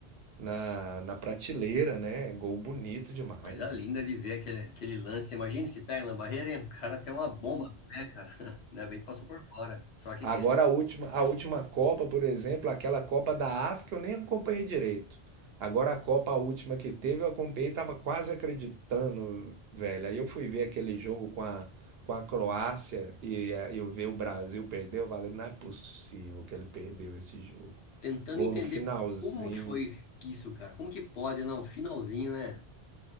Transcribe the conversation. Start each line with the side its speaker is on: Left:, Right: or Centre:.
Right: na, na prateleira, né? Gol bonito demais.
Left: coisa
Right: né?
Left: linda de ver aquele, aquele lance. Imagina se pega na barreira, hein? O cara tem uma bomba, né, cara? <laughs> Ainda bem que passou por fora. Sorte
Right: Agora
Left: deles.
Right: a última, a última Copa, por exemplo, aquela Copa da África, eu nem acompanhei direito. Agora a Copa, a última que teve, eu acompanhei, tava quase acreditando, velho. Aí eu fui ver aquele jogo com a, com a Croácia e eh, eu ver o Brasil perder, eu falei, não é possível que ele perdeu esse jogo.
Left: tentando
Right: Gol
Left: entender
Right: no finalzinho.
Left: como que foi que isso, cara. Como que pode, não? Finalzinho, né?